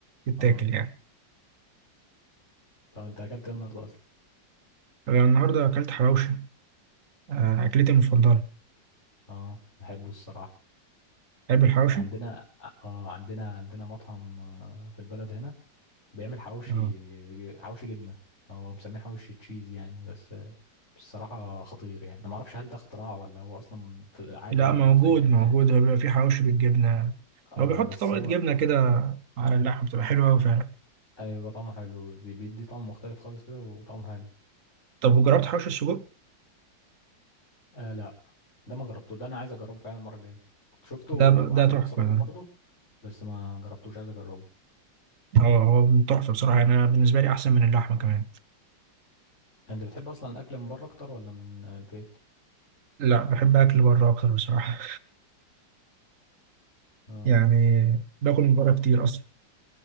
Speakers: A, on the right (about 50°); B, on the left (about 40°).
A: تتاكل
B: اه
A: يعني
B: طب انت اكلت ايه النهارده اصلا
A: انا النهارده اكلت حواوشي آه اكلتي المفضله
B: اه بحبه الصراحه
A: تحب الحواوشي
B: عندنا اه عندنا عندنا مطعم آه، في البلد هنا بيعمل حواوشي
A: اه
B: حواوشي جبنة هو مسميه حواوشي تشيز يعني بس بصراحة خطير يعني ما اعرفش هل ده اختراع ولا هو اصلا في- عادي
A: لا
B: موجود
A: موجود
B: في اي حتة
A: موجود
B: تاني
A: هو بيبقى فيه حواوشي بالجبنه
B: اه
A: هو بيحط
B: بس
A: طبقه
B: هو
A: جبنه كده على اللحم بتبقى حلوه قوي فعلا
B: ايوه طعمه حلو بي- بيدي طعم مختلف خالص كده وطعمه حلو
A: طب وجربت حواوشي السجق
B: آه لا ده ما جربته ده انا عايز اجربه فعلا المرة الجاية كنت شفته
A: ده ده
B: عند
A: تحفه
B: نفس الراجل
A: ده
B: برضه بس ما جربتوش عايز اجربه
A: هو هو من تحفة بصراحة يعني أنا بالنسبة لي أحسن من اللحمة كمان
B: انت بتحب اصلا الاكل من بره اكتر ولا من البيت
A: لا بحب أكل بره أكتر بصراحة <laughs>
B: آه.
A: يعني باكل من بره كتير أصلا